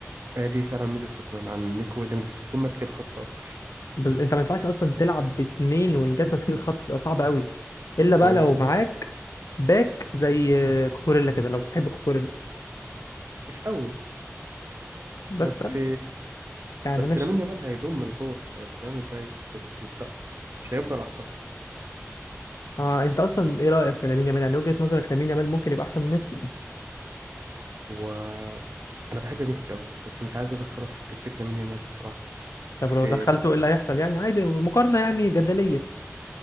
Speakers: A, on the right; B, on the left.
A: آه دي فعلا ميزه لوكمان عن نيك ويليامز بيكون ماسك الخط اكتر
B: بس انت ما ينفعش اصلا تلعب باتنين وينجات ماسكين الخط تبقى صعبه قوي الا بقى
A: ما هو
B: لو معاك باك زي كوكوريلا كده لو بتحب كوكوريلا
A: مش قوي
B: بس
A: بس
B: أنا- يعني
A: بس
B: انا ش...
A: لامين يامال هيضم من جوه في الأيام- في الايام الجايه في المستقبل مش هيفضل على الخط
B: آه انت اصلا ايه رايك في لامين يامال يعني وجهه نظرك لامين يامال ممكن يبقى احسن من ميسي
A: هو انا بحب ميسي قوي بس مش عايز ادخله في سكه لامين يامال بصراحه
B: طب
A: بس
B: لو دخلته ايه اللي هيحصل يعني عادي مقارنه يعني جدليه